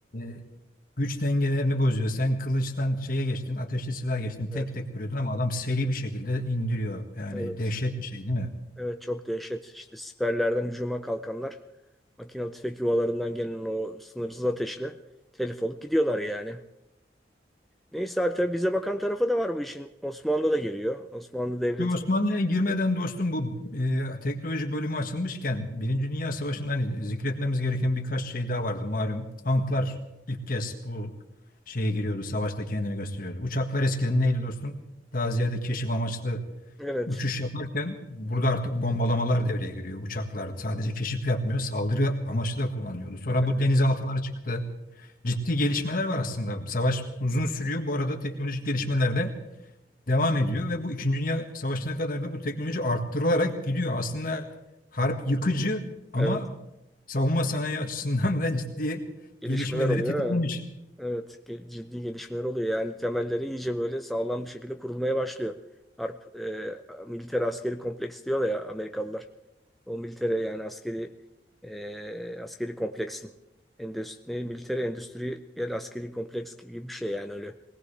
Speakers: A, on the left; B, in the centre.
A: e, güç dengelerini bozuyor. Sen kılıçtan şeye geçtin, ateşli silah geçtin, tek
B: Evet,
A: tek vuruyordun ama adam seri bir şekilde indiriyor. Yani
B: evet,
A: dehşet bir şey, değil mi?
B: evet çok dehşet. İşte siperlerden hücuma kalkanlar makinalı tüfek yuvalarından gelen o sınırsız ateşle telef olup gidiyorlar yani. Neyse abi tabii bize bakan tarafa da var bu işin. Osmanlı da giriyor. Osmanlı Devleti.
A: Şu Osmanlı'ya girmeden dostum bu e, teknoloji bölümü açılmışken Birinci Dünya Savaşı'nda hani zikretmemiz gereken birkaç şey daha vardı. Malum tanklar ilk kez bu şeye giriyordu, savaşta kendini gösteriyordu. Uçaklar eskiden neydi dostum? Daha ziyade keşif amaçlı
B: Evet.
A: uçuş yaparken burada artık bombalamalar devreye giriyor. Uçaklar sadece keşif yapmıyor, saldırı amaçlı da kullanıyordu. Sonra
B: Evet.
A: bu denizaltılar çıktı. Ciddi gelişmeler var aslında. Savaş uzun sürüyor. Bu arada teknolojik gelişmeler de devam ediyor ve bu İkinci Dünya Savaşı'na kadar da bu teknoloji arttırılarak gidiyor. Aslında harp yıkıcı ama
B: Evet.
A: savunma sanayi açısından da ciddi
B: Gelişmeler
A: gelişmeleri
B: oluyor.
A: tetiklemiş
B: ha. Evet. ge- Ciddi gelişmeler oluyor. Yani temelleri iyice böyle sağlam bir şekilde kurulmaya başlıyor. Harp, e, militer askeri kompleks diyorlar ya Amerikalılar. O militere yani askeri e, askeri kompleksin. Endüstri, militer endüstriyel askeri kompleks gibi bir şey yani öyle.